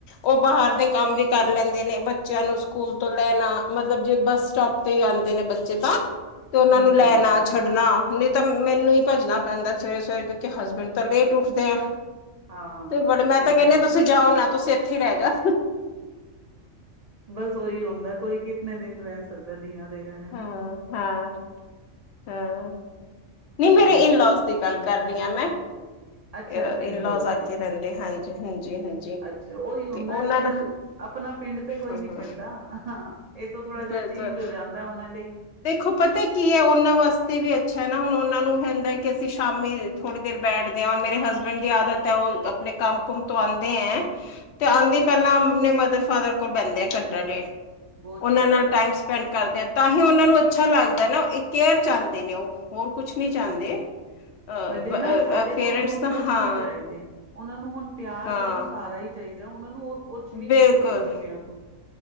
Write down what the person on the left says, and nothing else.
ਉਹ ਬਾਹਰ ਦੇ ਕੰਮ ਵੀ ਕਰ ਲੈਂਦੇ ਨੇ। ਬੱਚਿਆਂ ਨੂੰ ਸਕੂਲ ਤੋਂ ਲੈਣਾ, ਮਤਲਬ ਜੇ ਬੱਸ ਸਟੋਪ ਹੀ ਆਉਂਦੇ ਨੇ ਬੱਚੇ ਤਾਂ, ਤੇ ਉਹਨਾ
ਨੂੰ ਲੈਣਾ-ਛੱਡਣਾ
ਨਿ ਤ ਮੈਨੂੰ ਹੀ ਭੱਜਣਾ ਪੈਂਦਾ ਸਵੇਰੇ-ਸਵੇਰੇ ਕਿਉਂਕਿ ਹਸਬੈਂਡ ਤਾਂ ਲੇਟ ਉੱਠਦੇ ਆ।
ਤੇ ਬੜੇ। ਮੈਂ
ਤਾਂ ਕਹਨਿਆ
ਤੁਸੀਂ
ਜਾਓ ਨਾ, ਤੁਸੀਂ ਇੱਥੇ ਹੀ ਰਹਿ ਜਾ।
ਹਾਂ, ਹਾਂ। ਹਾਂ, ਨਹੀਂ
ਮੇਰੇ
ਇਨਲਾਜ਼
ਦੀ ਗੱਲ ਕਰ ਰਹੀ ਹਾਂ ਮੈਂ।
ਤੇ
ਇਨਲਾਜ਼ ਆ
ਕੇ ਰਹਿੰਦੇ ਹਾਂਜੀ ਹਾਂਜੀ ਹਾਂਜੀ
ਤੇ ਉਹਨਾਂ
ਹਾਂ
ਹਾਂ
ਬਿਲਕੁਲ
ਦੇਖੋ ਪਤਾ ਕੀ ਹੈ ਉਹਨਾਂ ਵਾਸਤੇ ਵੀ ਅੱਛਾ ਹੈ ਨਾ ਹੁਣ ਉਹਨਾਂ ਨੂੰ ਹੁੰਦਾ ਕਿ ਸ਼ਾਮੀ, ਥੋੜੀ ਦੇਰ ਬੈਠਦੇ ਆ ਹੁਨ ਮੇਰੇ ਹਸਬੈਂਡ ਦੀ ਆਦਤ ਹੈ ਉਹ ਆਪਣੇ ਕੰਮ ਕੁਮ ਤੋਂ ਆਂਦੇ ਹੈ, ਤੇ ਆਂਦੇ ਈ ਪਹਿਲਾਂ ਆਪਣੇ ਮਦਰ ਫਾਦਰ ਕੋਲ ਬਹਿੰਦੇ ਆ ਘੰਟਾ ਡੇਢ।
ਉਹਨਾ
ਨਾਲ
ਟਾਈਮ
ਸਪੈਂਡ ਕਰਦੇ ਆ ਤਾਂ ਹੀ ਉਹਨਾ ਨੂੰ ਅੱਛਾ ਲੱਗਦਾ ਨਾ ਇਹ ਕੇਅਰ ਚਾਹੁੰਦੇ ਨੇ ਉਹ। ਹੋਰ ਕੁਛ ਨਹੀਂ ਚਾਹੁੰਦੇ।
ਅ
ਪੇਰੈਂਟਸ
ਤਾਂ
ਹਾਂ
ਹਾਂ
ਬਿਲਕੁਲ